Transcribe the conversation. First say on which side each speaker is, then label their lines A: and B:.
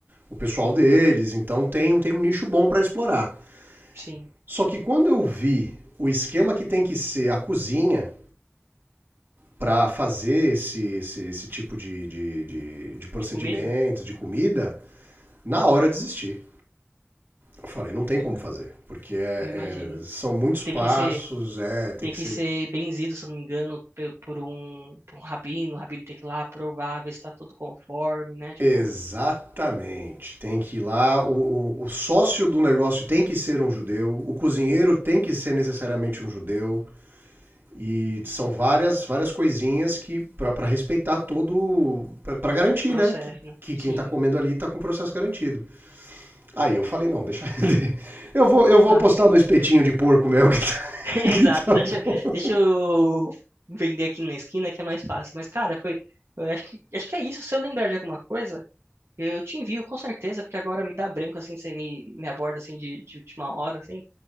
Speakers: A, on the right; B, on the right.
A: o pessoal deles, então tem, tem um nicho bom para explorar.
B: sim,
A: Só que quando eu vi o esquema que tem que ser a cozinha para fazer esse, esse, esse tipo de, de, de, de procedimento,
B: de comida,
A: de comida, na hora eu desisti. Eu falei, não tem
B: eu,
A: como fazer, porque é-
B: eu imagino.
A: é- são muitos
B: Tipo,
A: passos,
B: tem que ser,
A: é, tem
B: tem
A: que
B: que
A: ser
B: ser benzido, se eu não me engano, pe- por um, por um rabino, o rabino tem que ir lá provar, ver se tá tudo conforme, né, tipo,
A: Exatamente. Tem que ir lá, o, o- o sócio do negócio tem que ser um judeu, o cozinheiro tem que ser necessariamente um judeu. E são várias várias coisinhas que para respeitar todo para garantir,
B: o processo,
A: né, que,
B: né,
A: que
B: sim.
A: quem tá comendo ali tá com o processo garantido. Aí eu falei, não, deixa <laughs> eu vou eu vou
B: Ah,
A: apostar no espetinho de porco mesmo que tá,
B: <laughs>
A: <laughs>
B: Exato,
A: que tá
B: deixa,
A: bom.
B: deixa eu vender aqui na esquina que é mais fácil. Mas, cara, foi. Eu acho que, acho que é isso. Se eu lembrar de alguma coisa, eu te envio com certeza, porque agora me dá branco assim, você me, me aborda assim de, de última hora, assim.